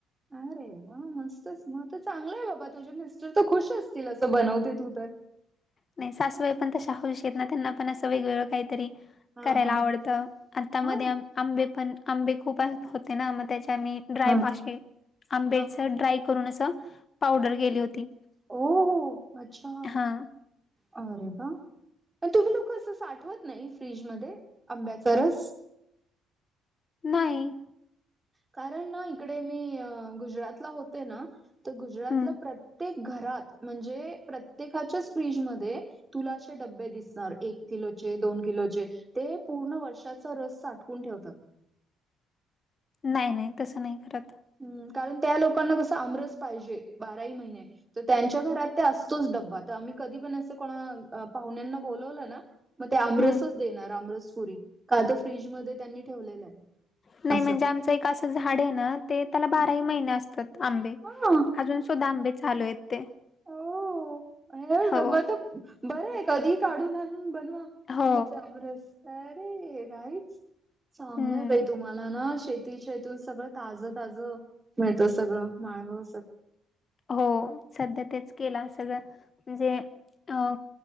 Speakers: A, on the right; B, on the left.
A: अरे वा मस्तच मग तर चांगलं आहे बाबा तुझ्या मिस्टर तर खुश असतील असं बनवते तू तर.
B: नाही सासूबाई पण तशा औशी आहेत ना त्यांना पण असं वेगवेगळं काहीतरी.
A: हां,
B: करायला
A: हां.
B: आवडत आता म
A: हां,
B: मध्येआंबे पण आंबे खूप होते ना म त्याच्या मी ड्राय
A: हां,
B: पाे आंबेच
A: हां, हां.
B: ड्राय करून अस पावडर गेली होती
A: ओ हो अच्छा!
B: हा
A: अरे वा! तुम्ही लोक असं साठवत नाही फ्रीज मध्ये आंब्याचा रस
B: नाही
A: कारण ना इकडे मी गुजरातला होते ना तर गुजरातला
B: हम्म
A: प्रत्येक घरात म्हणजे, प्रत्येकाच्याच फ्रीजमध्ये तुला असे डबे दिसणार एक किलोचे, दोन किलोचे ते पूर्ण वर्षाचा रस साठवून ठेवतात.
B: नाही नाही तसं नाही करत.
A: हम्म, कारण त्या लोकांना कसं आमरच पाहिजे बाराही महिने तर त्यांच्या घरात ते असतोच डब्बा, तर आम्ही कधी पण असं कोणा पाहुण्यांना बोलवलं ना म ते आमरसच
B: हम्म
A: देणार, आमरस पुरी का तर फ्रीजमध्ये त्यांनी ठेवलेलं आहे.
B: नाही
A: असं.
B: म्हणजे आमचं एक असं झाड आहे ना ते त्याला बाराही
A: हो.
B: महिने असत तात आंबे,
A: हां,
B: अजून सुद्धा आंबे चालू आहेत ते.
A: ओ, म
B: हो
A: तर बरं आहे, कधी काढून आणून बनवा.
B: हो
A: घरचा आमरस तयार रे भारीच, चांगलय
B: हम्म.
A: बाई तुम्हाला ना शेत ती तुन सगळं ताज ताज मिळत, सगळ माळव
B: हो सध्या तेच केल, सगळं म्हणजे अ